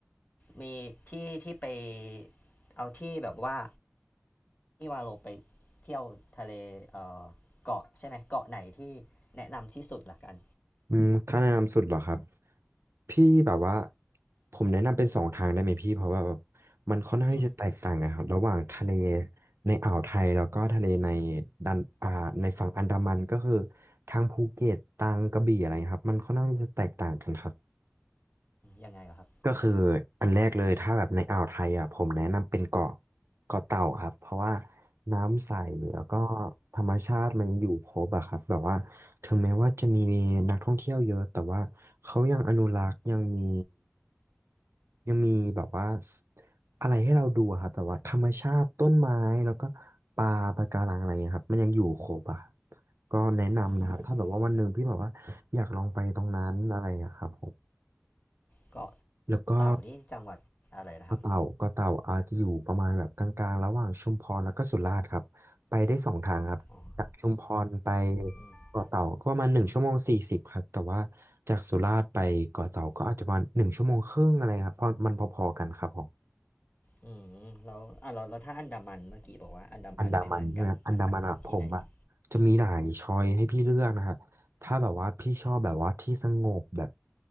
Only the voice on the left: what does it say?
มีที่ที่ไปเอาที่แบบว่าที่ว่าเราไปเที่ยวทะเลเออเกาะใช่ไหมเกาะไหนที่แนะนำที่สุดละกัน
อืม
ยังไงเหรอครับ
อืมเกาะ
เต่านี่จังหวัดอะไรนะครับ
อ๋ออืม
อืมแล้วอ่ะเราเราถ้าอันดามันเมื่อกี้บอกว่าอันดามันไม่เหมือนกันอันดามันที่ไหนดี